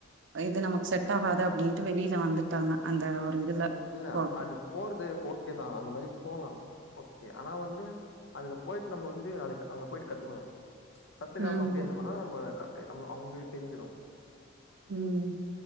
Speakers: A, on the right; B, on the left.
A: இது நமக்கு செட் ஆகாது அப்டின்ட்டு வெளில வந்துட்டாங்க அந்த ஒரு இதுல
B: இல்ல
A: போ
B: அது போறுது ஓகே தா அந்த மாரி போலாம் இப்ப ஆனா வந்து அதுல போயிட்டு நம்ம வந்து அதுக்கு அங்க போயிட்டு கத்துக்கணு கத்துக்காம
A: ம்
B: அப்டியே இந்தோம்னா <unintelligible> மே அக்கா நம்ம அவுங்குளுக் தெரிஞ்சிடும்
A: ம்